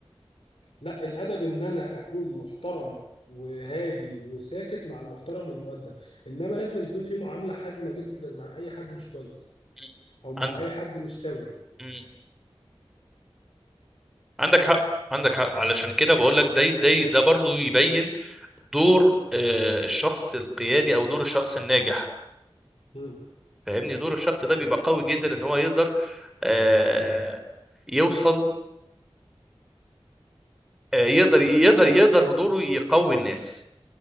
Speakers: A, on the left (about 80°); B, in the centre.
A: لا الادب ان انا اكون محترم وهادي وساكت مع المحترم والمؤدب انما لازم أن يكون في معامله حازمه جدا مع اي حد مش كويس
B: مم.
A: او مع
B: عند
A: اي حد مش سوي
B: مم. عندك حق عندك حق علشان كده بقول لك ده ده ده برضو يبين دور آه، الشخص القيادي او دور الشخص الناجح
A: مم.
B: فاهمني دور الشخص ده بيبقى قوي جدا ان هو يقدر آه، يوصل آه، يقدر
A: مم.
B: يقدر يقدر بدوره يقوي الناس